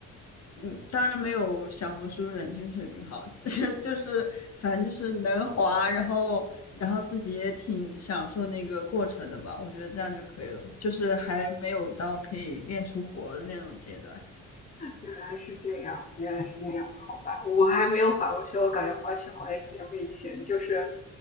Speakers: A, on the left; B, on the left.
A: 嗯，当然没有小红书人均水平好，<laughs> 这就是反正就是能滑，然后然后自己也挺享受那个过程的吧。我觉得这样就可以了，就是还没有到可以练出活儿的那种阶段。
B: 原来是这样，原来是这样，好吧，我还没有滑过雪，我感觉滑雪好像有点危险，就是